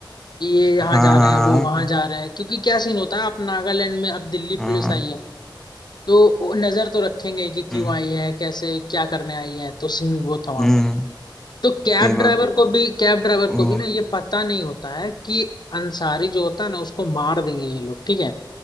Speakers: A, on the left; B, in the centre.
A: कि ये यहाँ
B: हाँ
A: जा रहे हैं वो
B: हाँ
A: वहां जा रहे हैं क्योंकि क्या सीन होता है आप नागालैंड में अब दिल्ली पुलिस
B: हाँ हाँ,
A: आई है तो वो नजर तो रखेंगे कि क्यों
B: हम्म
A: आई है कैसे क्या करने आई है तो सीन वो
B: हम्म,
A: था वहां पे तो कैब
B: सही बात
A: ड्राइवर को भी कैब ड्राइवर
B: ओ,
A: को भी ना ये पता नहीं होता है कि अंसारी जो होता है ना उसको मार देंगे ये लोग ठीक है